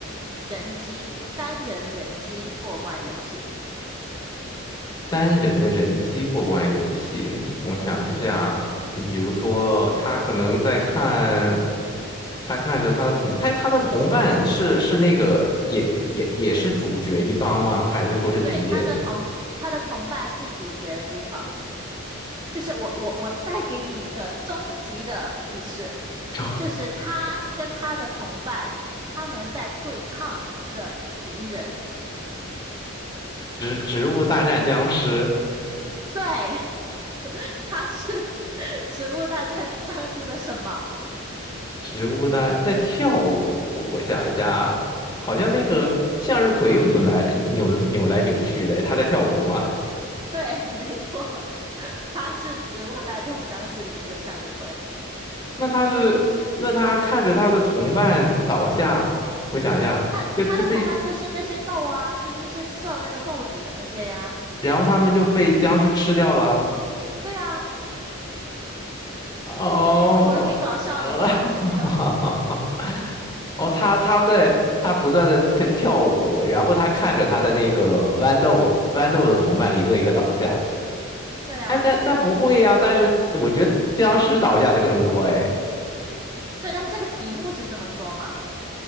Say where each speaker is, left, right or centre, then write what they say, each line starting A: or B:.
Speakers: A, on the right (about 20°); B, on the left (about 20°).
A: 人机单人人机过关游戏。
B: 单人的人机过关游戏。我想一下，
A: 嗯，
B: 你比如说，他可能在看，他看着他的同，他他的同伴是是那个也也也是主角一方吗？还是说是敌人？
A: 对，他的同他的同伴是主角的一方。就是我我我再给你一个终极的提示，
B: <laughs> 就
A: 就是他跟他的同伴，他们在对抗着敌人。
B: 植植物大战僵尸。
A: 对，<laughs> 他是 <laughs>《植物大战僵尸》的什么？
B: 植物的在跳舞，我想一下啊，
A: 嗯，
B: 好像那个向日葵又扭来扭扭来扭去的，它在跳舞吗？
A: 对，没错，<laughs> 他是《植物大战僵尸》里面的向日葵。
B: 那它是，那他看着他的同伴倒下，我想一下，
A: 他他的同伴就是那些豆啊，
B: 就就被，
A: 就是那些射那个豆子的那些呀、
B: 然后他们就被僵尸吃掉了。
A: 对啊，
B: 哦，
A: 这不是挺搞笑的吗？
B: 呃
A: <laughs> 这个，
B: <laughs> 哦，他他在他不断的在跳舞，然后他看着他的那个豌豆豌豆的同伴一个一个倒下，
A: 对啊，
B: 哎，但但不会呀、
A: 对啊。
B: 但是我觉得僵尸倒下的更多哎。
A: 对，但是这个题目是这么说吗？